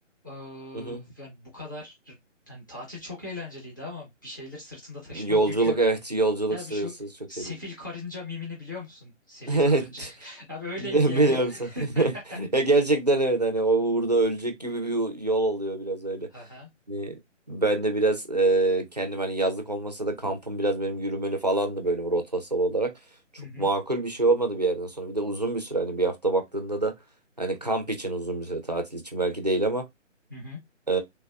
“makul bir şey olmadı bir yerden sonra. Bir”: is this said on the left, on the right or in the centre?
Right